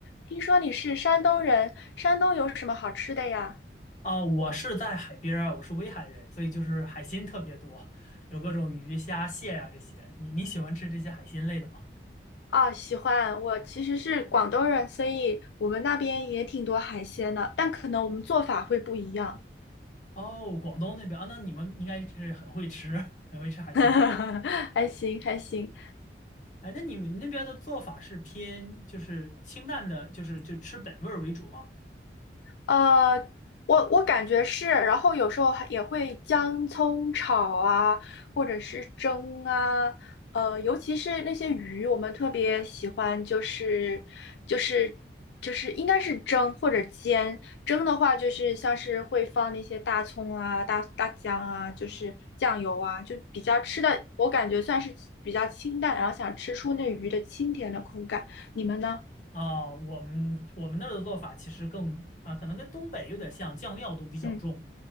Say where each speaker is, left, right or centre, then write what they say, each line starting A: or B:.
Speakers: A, on the left; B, on the left.
A: 听说你是山东人，山东有什么好吃的呀？
B: 啊，我是在海边儿，我是威海人，所以就是海鲜特别多，有各种鱼虾蟹啊这些。你你喜欢吃这些海鲜类的吗？
A: 啊，喜欢，我其实是广东人，所以我们那边也挺多海鲜的，但可能我们做法会不一样。
B: 哦，广东那边啊，那你们应该是很会吃，<laughs> 很会吃海鲜。
A: <laughs> 还行，还行。
B: 哎，那你们那边的做法是偏就是清淡的，就是就吃本味儿为主吗？
A: 呃，我我感觉是，然后有时候还也会姜葱炒啊，或者是蒸啊，呃，尤其是那些鱼，我们特别喜欢，就是就是就是应该是蒸或者煎。蒸的话，就是像是会放那些大葱啊、大大姜啊，就是酱油啊，就比较吃的，我感觉算是比较清淡，然后想吃出那鱼的清甜的口感。你们呢？
B: 啊，我们我们那儿的做法其实更啊，可能跟东北有点像，酱料都比较重。
A: 嗯，